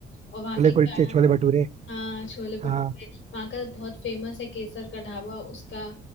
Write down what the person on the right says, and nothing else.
छोले
कुलचे
छोले भटूरे
हाँ